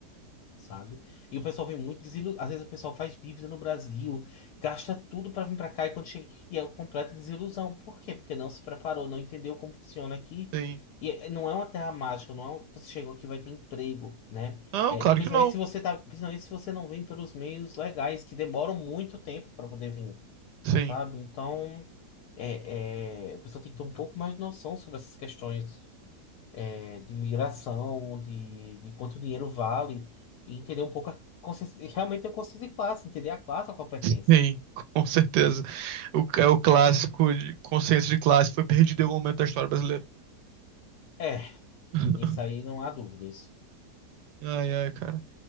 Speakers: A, on the left; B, on the right.
A: sabe? E o pessoal vem muito desiludido. Às vezes o pessoal faz dívida no Brasil, gasta tudo pra vir pra cá e quando chega aqui é uma completa desilusão. Por quê? Porque não se preparou, não entendeu como funciona aqui.
B: Sim.
A: E é- não é uma terra mágica, não é um- você chegou aqui e vai ter emprego, né?
B: Não,
A: É,
B: claro
A: principalmente
B: que não.
A: se você tá, principalmente se você não vem pelos meios legais, que demoram muito tempo pra poder vir,
B: Sim.
A: sabe? Então, é, é, o pessoal tem que ter um pouco mais de noção sobre essas questões é, de migração, de, de quanto dinheiro vale, e entender um pouco a consciência, realmente a consciência de classe, entender a classe a qual pertence.
B: <laughs> Sim, com certeza. O, é o clássico, de- consciência de classe foi perdido em algum momento da história brasileira.
A: É,
B: <laughs>
A: isso aí não há dúvidas.
B: Ai, ai, cara.